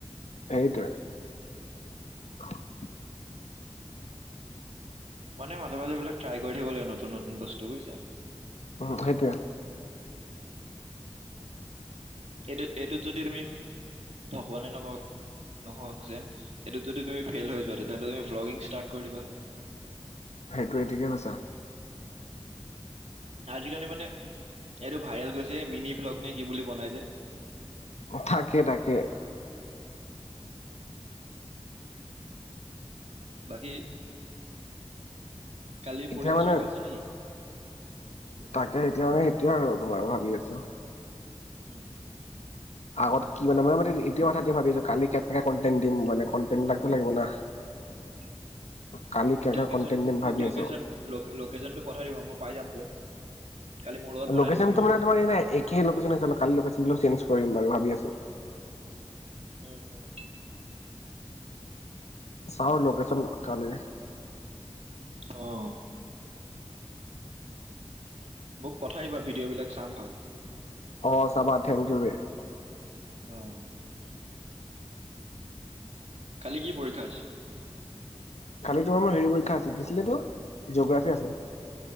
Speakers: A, on the left; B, on the right.
A: সেইটোৱে <unintelligible>
B: মানে মাজে মাজে এইবিলাক ট্ৰাই কৰি থাকিব লাগে নতুন নতুন বস্তু, বুইছা?
A: অ সেইটোৱে।
B: এইটোত এইটোত যদি তুমি ভগৱানে নকৰক নহওক যেন। এইটো যদি তুমি ফেইল হৈ যোৱা, তেতিয়াহলে তুমি বল্গিং স্তাৰ্ট কৰি দিবা।
A: সেইটোৱে ঠিকে কৈছা
B: আজিকালি মানে এইটো ভাইৰেল গৈছে। মিনি ব্লগ নে কি বুলি বনাই যে।
A: থাকে তাকে
B: বাকী কালি পৰীক্ষা-চৰীক্ষা
A: এতিয়া মানে
B: আছে নেকি?
A: তাকে তেতিয়া মানে সেইটোৱে আৰু তোমাৰ ভাবি আছো।
B: উম
A: আগত কি মানে মানে মানে এতিয়া কথা ভাবিছো কালি কেনেকে কণ্টেন দিম মানে, কণ্টেন থাকবা লাগিব না।
B: <inaudible>
A: কালি
B: মোক
A: কেনেকা
B: লকেচন
A: কন্টেন্ট দিম
B: মোক
A: ভাবি
B: লকেচন
A: আছো।
B: ল-লকেচনটো পঠাই দিব। মই পাই যামগৈ। কালি মোৰ লগত বনাই
A: লকেচনটো
B: দিবা ভিডিঅ'
A: মানে
B: এটা।
A: তোমাৰ কি জানা একে লকেচন <unintelligible> কৰিম বাৰু ভাবি আছোঁ।
B: উম <inaudible>
A: চাও লোকেচন কালি
B: অ' মোক পঠাই দিবা ভিডিঅ' বিলাক চাম ভালকে।
A: অ চাবা। থেংক ইউ ৱে।
B: অ' কালি কি পৰীক্ষা আছে?
A: কালি তোমাৰ হেৰি পৰীক্ষা আছে। কি আছিল তোৰ, জিঅ'গ্ৰাফী আছে।